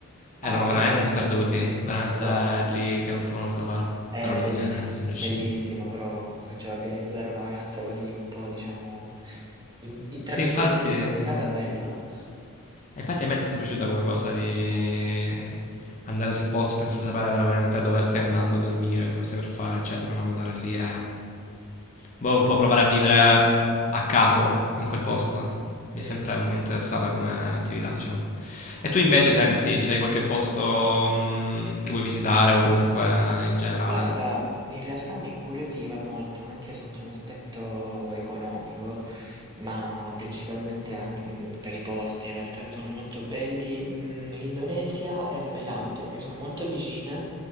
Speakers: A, on the right (about 20°); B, on the left (about 35°).
A: Ah,
B: erano veramente
A: proprio...
B: sperduti, veramente
A: Wow,
B: lì che non sapevano cosa fare,
A: è
B: però alla
A: belliss-
B: fine sono riusciti.
A: bellissimo però comunque, cioè organizzare una vacanza così un po', diciamo, in- in- tra
B: Sì,
A: virgolette
B: infatti...
A: improvvisata è bello.
B: E infatti a me è sempre piaciuta come cosa di andare sul posto senza sapere veramente dove stai andando a dormire, cosa stai per fare, eccetera, non andare lì e... Boh, un po' provare a vivere a caso in quel posto. Mi
A: eh.
B: è sempre
A: Mm.
B: interessata come attività, diciamo. E tu invece senti, c'hai qualche posto mm, che vuoi visitare o comunque in generale?
A: Guarda, in realtà mi incuriosiva molto anche sotto un aspetto economico, ma principalmente anche mm, per i posti, in realtà che sono molto belli, mm, l'Indonesia e la Thailandia, che sono molto vicine,